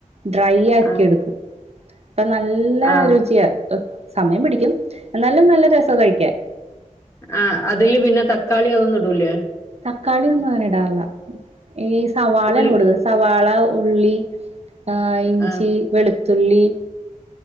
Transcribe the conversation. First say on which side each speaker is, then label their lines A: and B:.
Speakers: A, on the right; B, on the left.
A: ഡ്രൈ ആക്കി
B: ആഹ്
A: എടുക്കും. അപ്പൊ നല്ല
B: ആഹ്
A: രുചിയ സമയം പിടിക്കും ന്നാലും നല്ല രസാ കഴിക്കാൻ.
B: ആ അതില് പിന്നെ തക്കാളി അതൊന്നും ഇടൂലേ?
A: തക്കാളി ഒന്നും അങ്ങനെ ഇടാറില്ല ഈ സവാളേണൂട്
B: ഉള്ളി
A: സവാള ഉള്ളി ആ ഇഞ്ചി
B: ആഹ്
A: വെളുത്തുള്ളി